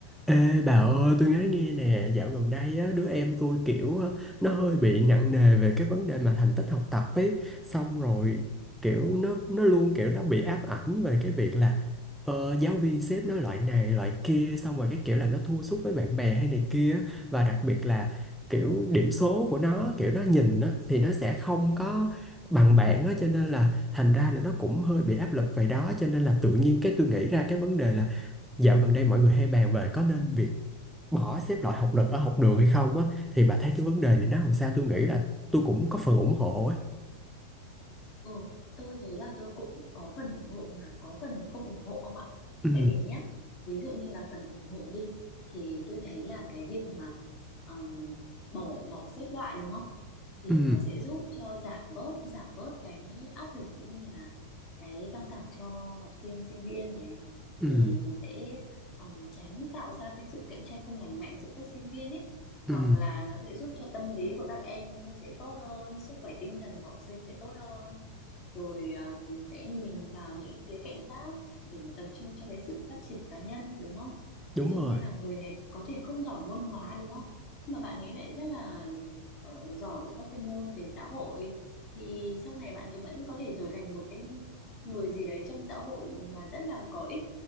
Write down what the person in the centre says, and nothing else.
Ê bà ơi tôi nói nghe nè dạo gần đây á đứa em tôi kiểu á, nó hơi bị nặng nề về cái vấn đề mà thành tích học tập ấy xong rồi kiểu nó nó luôn kiểu nó bị ám ảnh về cái việc là ờ, giáo viên xếp nó loại này loại kia xong rồi cái kiểu là nó thua sút với bạn bè hay này kia và đặc biệt là kiểu điểm số của nó kiểu nó nhìn á thì nó sẽ không có bằng bạn á cho nên là thành ra là nó cũng hơi bị áp lực về đó cho nên là tự nhiên cái tôi nghĩ ra cái vấn đề là Dạo gần đây mọi người hay bàn về có nên việc bỏ xếp loại học lực ở học đường hay không á thì bà thấy cái vấn đề này nó làm sao tôi nghĩ là tôi cũng có phần ủng hộ ấy.
Ừ,
ừ,
ừ,
ừ,
đúng
rồi.